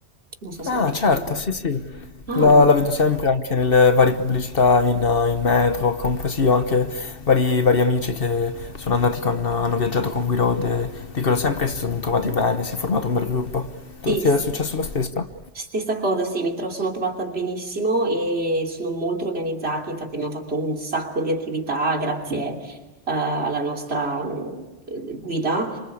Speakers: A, on the right (about 65°); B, on the left (about 55°).
A: non so se
B: Ah
A: l'hai mai
B: certo,
A: sentito.
B: sì sì,
A: Ah,
B: la la vedo sempre anche nelle varie pubblicità in eh, in metro, comunque sì, ho anche vari vari amici che sono andati con hanno viaggiato con Guido e dicono sempre che si sono trovati bene, si è formato un bel gruppo. Tu
A: sì,
B: ti è successo lo stesso?
A: Stessa cosa, sì, mi tro- sono trovata benissimo e sono molto organizzati, infatti abbiamo fatto un sacco di attività grazie eh, alla nostra mm, eh, guida